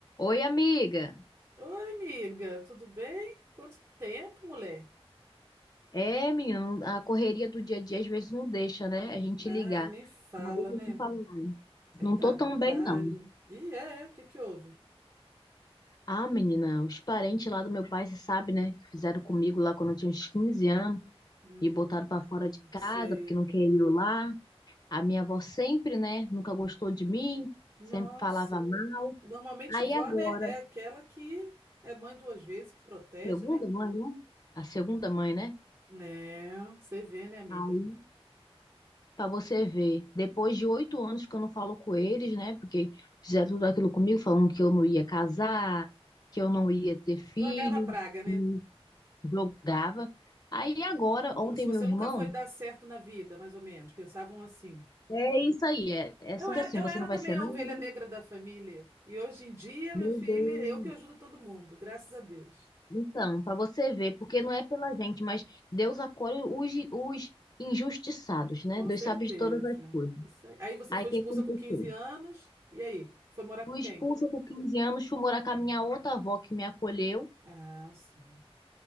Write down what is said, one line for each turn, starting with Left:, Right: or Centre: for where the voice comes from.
Left: Oi, amiga.
Right: Oi, amiga, tudo bem? Quanto tempo, mulher?
Left: É, menina, a correria do dia a dia às vezes não deixa, né? A gente
Right: Ai,
Left: ligar.
Right: nem fala,
Left: Mas deixa
Right: né?
Left: eu te falar,
Right: É
Left: não
Right: trabalho.
Left: tô tão bem, não.
Right: E é, o que que houve?
Left: Ah, menina, os parentes lá do meu pai, você sabe, né? Que fizeram comigo lá quando eu tinha uns 15 anos
Right: Hum,
Left: e botaram pra fora de casa
Right: sei.
Left: porque não queria ir lá. A minha avó sempre, né? Nunca gostou de mim,
Right: Nossa.
Left: sempre falava mal.
Right: Normalmente
Left: Aí
Right: vó,
Left: agora,
Right: né, é aquela que é mãe duas vezes, que protege,
Left: segunda
Right: né?
Left: mãe, né? A segunda mãe, né?
Right: É, você vê, né, amiga?
Left: Aí Pra você ver, depois de oito anos que eu não falo com eles, né? Porque fizeram tudo aquilo comigo, falando que eu não ia casar, que eu não ia ter filho,
Right: Jogava praga, né?
Left: me jogava. Aí agora, ontem,
Right: Como se você
Left: meu irmão,
Right: nunca foi dar certo na vida, mais ou menos. Pensavam assim.
Left: é isso aí, é, é
Right: Eu
Left: sempre
Right: era,
Left: assim,
Right: eu
Left: você
Right: era
Left: não vai
Right: também
Left: ser
Right: a
Left: nada.
Right: ovelha negra da família. E hoje em dia,
Left: Meu
Right: minha filha,
Left: Deus.
Right: eu que ajudo todo mundo, graças a Deus.
Left: Então, pra você ver, porque não é pela gente, mas Deus acolhe os, os injustiçados, né?
Right: Com
Left: Deus
Right: certeza.
Left: sabe de todas as coisas.
Right: Isso aí. Aí você
Left: Aí
Right: foi
Left: o que
Right: expulsa
Left: aconteceu?
Right: com quinze anos, e aí? Foi morar
Left: Fui
Right: com quem?
Left: expulsa com 15 anos, fui morar com a minha outra avó que me acolheu.
Right: Ah, sim.